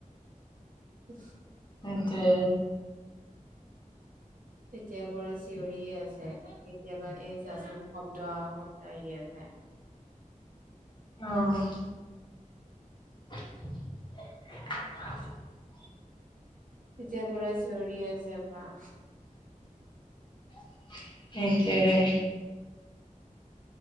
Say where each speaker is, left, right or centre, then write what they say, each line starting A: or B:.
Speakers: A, on the right; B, on the left.
A: <unintelligible>
B: সেইটোৱে
A: তেতিয়াৰ পৰাই চি থিয়ৰি আছে কেতিয়াবা এই জাচোন শব্দ আ শব্দ আহি আছে
B: অঁ <unintelligible>
A: তেতিয়াৰ পৰা চিঞৰি আছে বা
B: <inaudible> সেইটোৱে